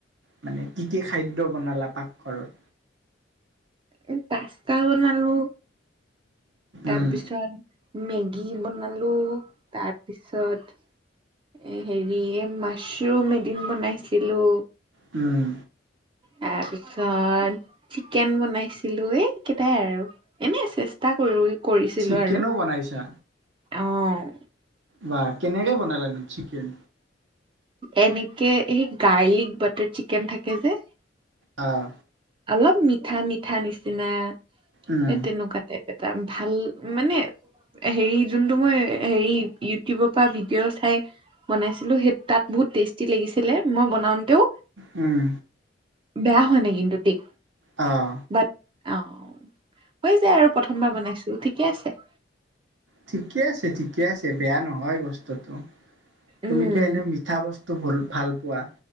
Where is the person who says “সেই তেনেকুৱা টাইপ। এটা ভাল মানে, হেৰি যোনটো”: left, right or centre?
Right